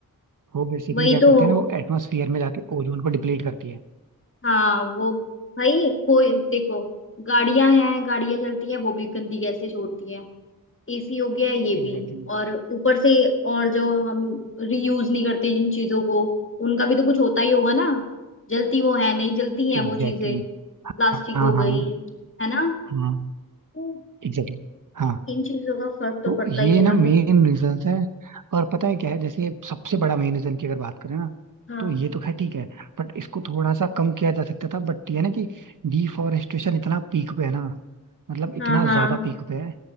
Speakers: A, on the right (about 60°); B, on the left (about 35°).
A: वो बेसिकली
B: वही
A: क्या
B: तो
A: करते हैं ना वो एटमोसफियर में जाके ओजोन को डिप्लीट करती है
B: हाँ वो भाई कोई देखो गाड़ियां हैं गाड़ियां चलती हैं वो भी गंदी गैसें छोड़ती हैं एसी हो गया है ये भी
A: Exactly exactly.
B: और ऊपर से और जो हम रीयूज नहीं करते जिन चीजों को उनका भी तो कुछ होता ही होगा ना जलती वो है नहीं जलती हैं वो
A: Exactly
B: चीजें
A: exactly.
B: प्लास्टिक
A: हाँ
B: हो
A: हाँ
B: गई है ना
A: हाँ
B: तो
A: Exactly exactly. हाँ
B: इन चीजों का फर्क तो
A: तो
B: पड़ता
A: ये
B: ही है
A: ना
B: ना
A: मेन
B: फिर
A: रीजंस है और पता है क्या है जैसे सबसे बड़ा मेन रीजन की अगर बात करें ना
B: हाँ
A: तो ये तो खैर ठीक है बट इसको थोड़ा सा कम किया जा सकता था बट ये ना कि डिफॉरेस्टेशन इतना पीक पे है ना मतलब इतना
B: हाँ हाँ
A: ज्यादा पीक पे है